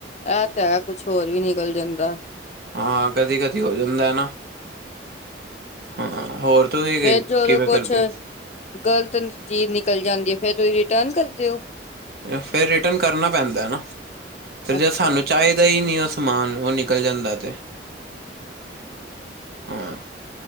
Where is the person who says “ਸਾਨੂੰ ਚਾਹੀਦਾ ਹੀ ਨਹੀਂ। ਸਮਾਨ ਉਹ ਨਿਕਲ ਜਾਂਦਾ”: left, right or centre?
Right